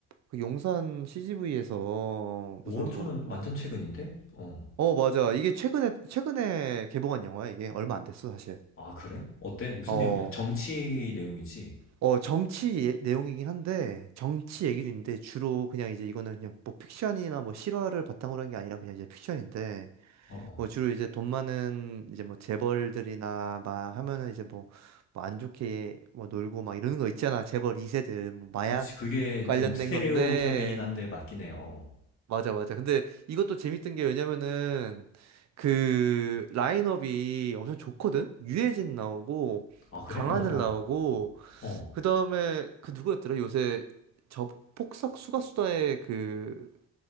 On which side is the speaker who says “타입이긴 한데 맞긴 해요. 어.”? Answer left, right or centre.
Left